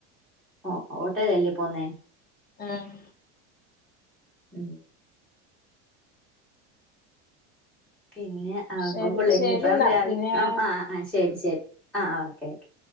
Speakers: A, in the centre; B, on the left.
A: ഓഹ് ഓട്ടോയിലല്ലേ പോന്നേ
B: ആഹ്
A: ഉം പിന്നെ അപ്പ
B: ശരി
A: പുള്ളേ
B: ശരി
A: ഇനിപ്പം
B: എന്നാ
A: രാവില്
B: പിന്നെ
A: ആഹ് ആഹ് ആഹ് ശരി ശരി ആഹ് ആഹ് ഓക്കെ ഓക്കെ